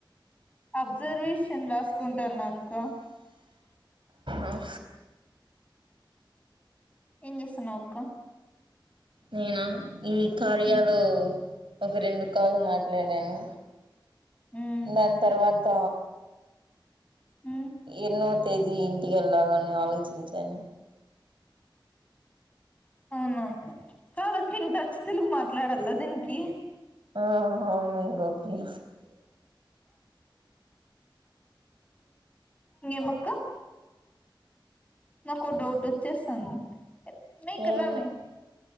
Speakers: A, on the left; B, on the right.
A: అబ్జర్వేషన్ రాసుకుంటను అక
B: ఆఓ
A: ఏం చేస్తున్నావ్ అక్క
B: నేనా ఈ కార్యాలు
A: ఉమ్
B: ఒక రెండు కాలు మాట్లాడాను
A: ఉమ్
B: దాని తర్వాత
A: ఉమ్
B: ఎన్నో తేదీ ఇంటికి వెళ్ళాలని ఆలోచించాను
A: అవునా అక్క కాద అక టచ్చ తెలుగు మాట్లాడాల దీనికి
B: ఆ <unintelligible>
A: ఏం అక్క నాక ఒక డౌట్ వచ్చేస్తది మే ఇక్కడ
B: ఏమి
A: రా మే